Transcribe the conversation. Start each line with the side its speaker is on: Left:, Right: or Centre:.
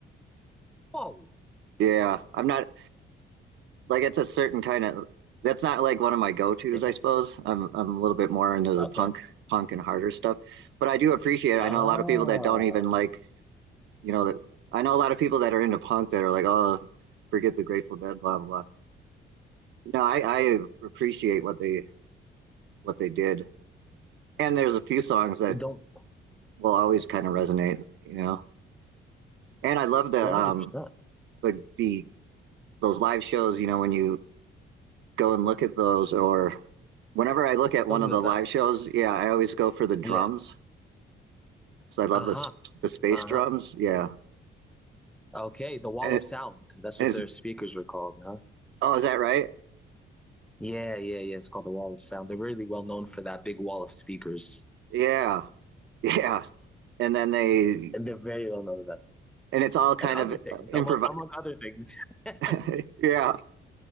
Centre: Whoa.
Right: Yeah, I'm not like it's a certain kind of that's not like one of my go-tos,
Centre: <laughs>
Right: I suppose. I'm I'm a little bit more into
Centre: Okay.
Right: the punk punk and harder stuff. But I do appreciate it.
Centre: Ah,
Right: I know a lot of people that don't even like you know, that I know a lot of people that are into punk that are like, oh, forget the Grateful Dead, blah blah. No, I, I appreciate what they what they did, and there's a few songs that
Centre: don't
Right: will always kind of resonate, you know. And I love the
Centre: 100%.
Right: um the the those live shows, you know, when you go and look at those, or whenever I look at
Centre: Those
Right: one of
Centre: are the
Right: the
Centre: best.
Right: live shows, yeah, I always go for the drums
Centre: Yeah.
Right: because I love
Centre: Uh-huh.
Right: the the space
Centre: Uh-huh.
Right: drums, yeah.
Centre: Okay, the Wall
Right: And,
Centre: of
Right: it,
Centre: Sound. That's
Right: and
Centre: what
Right: it's
Centre: their speakers were called, huh?
Right: oh, is that right?
Centre: Yeah, yeah, yeah. It's called the Wall of Sound. They're really well known for that big wall of speakers.
Right: Yeah, <laughs> yeah. And then they
Centre: And they're very well known for that.
Right: and it's all kind
Centre: And other
Right: of
Centre: things,
Right: improv.
Centre: among among other things. <laughs> I
Right: <laughs> yeah,